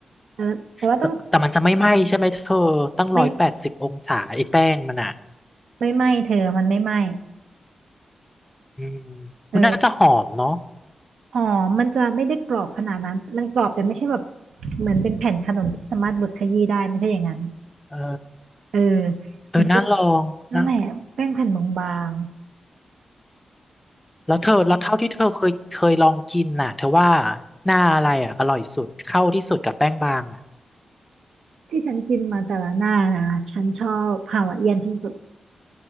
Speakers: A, on the right; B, on the left.
A: เออแต่ว่าต้อง
B: แต่แต่มันจะไม่ไหม้ใช่ไหมเธอตั้งร้อยแปดสิบองศาไอ้แป้งมันอ่ะ
A: ไม่ไม่ไหม้เธอมันไม่ไหม้
B: อืม
A: เออ
B: มันน่าจะหอมเนาะ
A: หอมมันจะไม่ได้กรอบขนาดนั้นมันกรอบแต่ไม่ใช่แบบเหมือนเป็นแผ่นขนมที่สามารถบดขยี้ได้ไม่ใช่อย่างนั้น
B: เออ
A: เออ
B: เออน่าลองนะ
A: มันจะเป็นนั่นแหละแป้งแผ่นบาง
B: แล้วเธอแล้วเท่าที่เธอเคยเคยลองกินน่ะเธอว่าหน้าอะไรอ่ะอร่อยสุดเข้าที่สุดกับแป้งบางอ่ะ
A: ๆที่ฉันกินมาแต่ละหน้านะฉันชอบฮาวายเอียนที่สุด